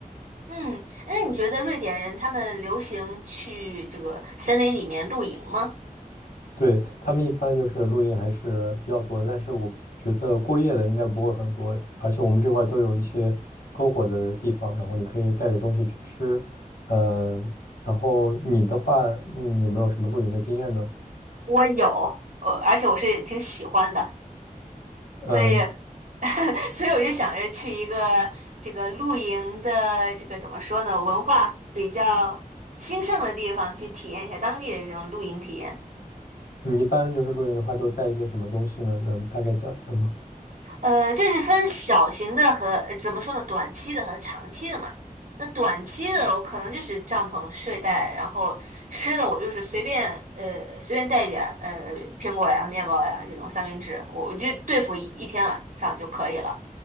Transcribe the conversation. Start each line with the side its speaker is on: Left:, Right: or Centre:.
Right: 嗯，那你觉得瑞典人他们流行去这个森林里面露营吗？
Left: 对，他们一般就是露营还是比较多的，但是我觉得过夜的应该不会很多，而且我们这块儿都有一些篝火的地方，然后你可以带着东西去吃。呃，然后你的话，嗯，有没有什么露营的经验呢？
Right: 我有，呃，而且我是挺喜欢的，
Left: 嗯、
Right: 所以，<laughs> 所以我就想着去一个这个露营的这个怎么说呢，文化比较兴盛的地方去体验一下当地的这种露营体验。
Left: 你一般就是露营的话，都带一些什么东西呢？能大概讲一下吗？
Right: 呃，这是分小型的和，呃怎么说呢，短期的和长期的嘛。那短期的我可能就是帐篷、睡袋，然后吃的我就是随便，呃，随便带一点儿，呃，苹果呀、面包呀这种三明治，我我就对付一一天晚上就可以了。